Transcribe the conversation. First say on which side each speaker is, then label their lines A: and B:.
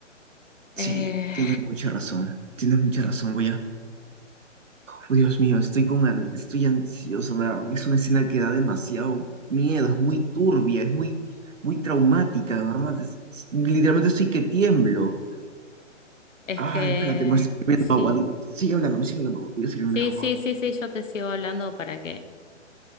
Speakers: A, on the left; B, on the right.
A: Eh,
B: sí, tienes mucha razón, tienes mucha razón, voy a, oh, Dios mío, estoy con, an- estoy ansioso, me da- es una escena que da demasiado miedo, es muy turbia, es muy, muy traumática, de verdad, es- es- literalmente estoy que tiemblo.
A: es
B: Ay,
A: que
B: espérate, me estoy bebiendo
A: sí,
B: agua. Di- Sigue hablando, me sigue hablando. Voy a servirme
A: sí,
B: agua.
A: sí, sí, sí, yo te sigo hablando para que